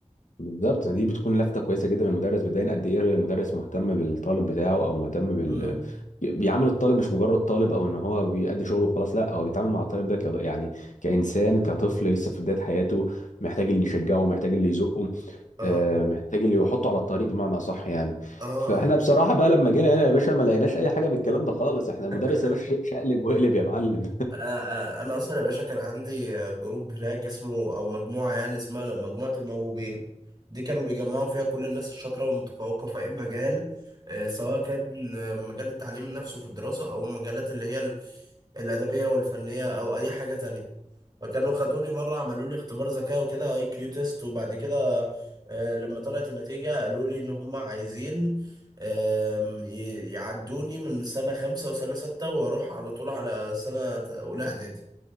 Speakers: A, on the left; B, on the right.
A: بالظبط دي بتكون لفته كويسه جدا من المدرس بتبين قد ايه المدرس مهتم بالطالب بتاعه او مهتم بال
B: امم
A: بيعامل الطالب مش مجرد طالب او ان هو بيأدي شغله وخلاص لا هو بيتعامل مع الطالب ده ك... يعني كانسان كطفل لسه في بدايه حياته محتاج اللي يشجعه محتاج اللي يزقه
B: اه
A: آه، محتاج اللي يحطه على الطريق بمعنى اصح يعني
B: اه
A: فاحنا بصراحه بقى لما جينا هنا يا باشا ما لقيناش اي حاجه من الكلام ده خالص احنا المدرس
B: آه.
A: يا باشا شقلب وقلب يا معلم
B: آه، آه، انا اصلا يا باشا كان عندي آه، جروب هناك اسمه او مجموعه يعني اسمها مجموعه الموهوبين دي كانوا بيجمعوا فيها كل الناس الشاطره والمتفوقه في اي مجال آه، سواء كان آه، مجال التعليم نفسه في الدراسه او مجالات اللي هي ال- الادبيه والفنيه او اي حاجه تانية فكانوا خدوني مره عملوا لي اختبار ذكاء وكده اي كيو تيست وبعد كده آه، لما طلعت النتيجه قالوا لي ان هم عايزين أم، ي- يعدوني من سنة خمسة وسنة ستة وأروح على طول على سنة أولى إعدادي